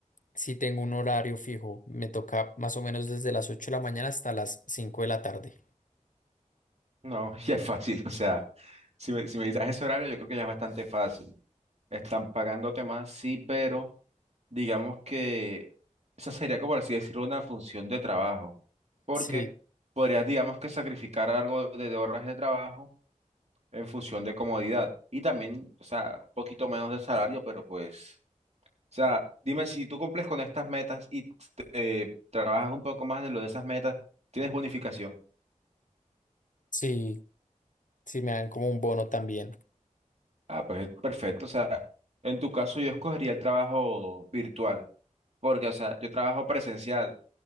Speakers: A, on the left; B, on the right.
A: sí tengo un horario fijo. Me toca más o menos desde las 8 de la mañana hasta las 5 de la tarde.
B: No, <laughs> ya es fácil, o sea, si me, si me dices ese horario, yo creo que ya es bastante fácil. Están pagándote más, sí, pero digamos que esa sería, como por así decirlo, una función de trabajo. Porque
A: Sí,
B: podrías, digamos que sacrificar algo de de horas de trabajo en función de comodidad y también, o sea, un poquito menos de salario, pero pues, o sea, dime si tú cumples con estas metas y eh, trabajas un poco más de lo de esas metas, tienes bonificación.
A: sí, sí me dan como un bono también,
B: Ah, pues perfecto, o sea, en tu caso yo escogería el trabajo virtual, porque, o sea, yo trabajo presencial,